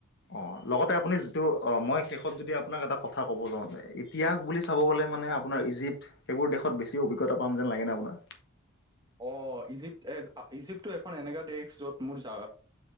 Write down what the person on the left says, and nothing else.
অহ' লগতে আপুনি যিটো অহ, মই শেষত যদি আপোনাক এটা কথা ক'ব যাওঁ যে ইতিহাস বুলি চাব গ'লে মানে আপোনাৰ ইজিপ্তট, সেইবোৰ দেশত বেছি অভিজ্ঞতা পাম যেন লাগে নে আপোনাৰ।